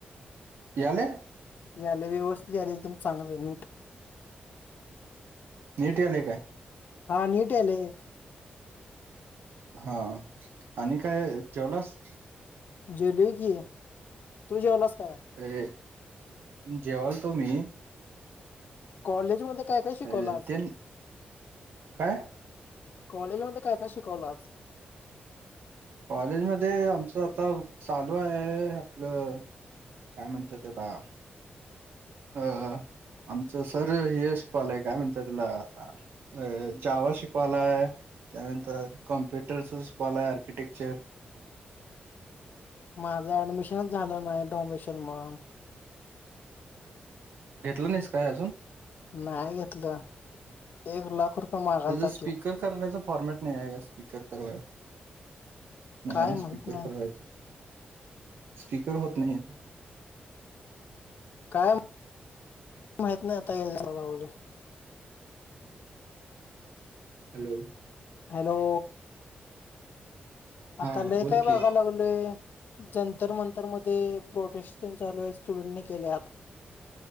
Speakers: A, on the right (about 80°); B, on the left (about 60°).
A: यालाय.
B: यालय व्यवस्थित यायलय एकदम चांगलं नीट.
A: नीट यायलेय काय?
B: हा निट यायलेय.
A: हा आणि काय जेवलास?
B: जेवलोय कि, तु जेवलास काय?
A: अ जेवालतो मी.
B: कॉलेज मध्ये काय काय शिकवलं
A: ए
B: आज?
A: ते काय
B: कॉलेज मध्ये काय काय शिकवलाज
A: कॉलेज मध्ये आमचं आता चालू आहे आपलं काय म्हणत्यात त्याला अ आमचं सर हे शिकवालय काय म्हणत्यात त्याला आता. अ ज्यावा शिकवालाय. त्यानंतर कॉम्प्युटरचं शिकवायला आर्किटेक्चर.
B: माझं ऍडमिशनच झालं नाही डोमेशियल म्हणून
A: घेतलं नाहीस काय अजून.
B: नाही घेतलं एक लाख रुपये. मागालता
A: हेच स्पीकर
B: त्यो
A: करण्याच फॉर्मेट नाही आहे का स्पीकर करा. नाही
B: काय माहित
A: स्पीकर
B: नाही
A: करायचा स्पीकर होत नाही.
B: काय माहित नाही आता. <unintelligible>
A: हॅलो.
B: हॅलो.
A: हा
B: आता लय
A: बोल
B: काय
A: की
B: बघाय लागलोय. जंतर मंतर मध्ये प्रोटेस्ट तेन चालू आहे स्टुडंटनी केल्यात.